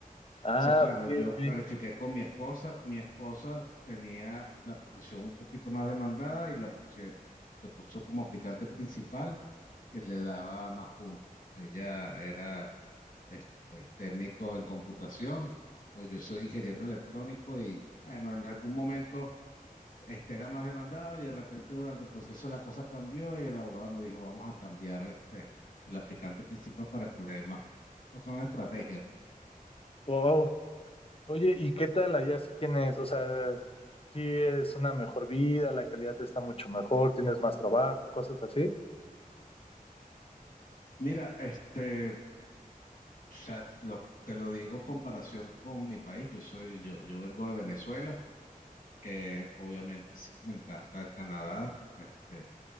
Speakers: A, on the left; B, on the left.
A: Ah,
B: Entonces, claro,
A: ok,
B: yo califiqué
A: ok.
B: con mi esposa. Mi esposa tenía la profesión un poquito más demandada y la puse, le puso como aplicante principal, que le daba más puntos. Ella era este, técnico en computación. ¿no? Yo soy ingeniero electrónico y, bueno, en algún momento este era más demandado y de repente durante el proceso la cosa cambió y el abogado nos dijo, vamos a cambiar este, el aplicante principal para que le dé más puntos. No son estrategias.
A: Wow. Oye, ¿y qué tal allá si tienes, o sea, si es una mejor vida, la calidad está mucho mejor, tienes más trabajo, cosas así?
B: Mira, este. O sea, lo- te lo digo en comparación con mi país. Yo soy, yo, yo vengo de Venezuela. Eh, obviamente sí, me encanta Canadá. Este,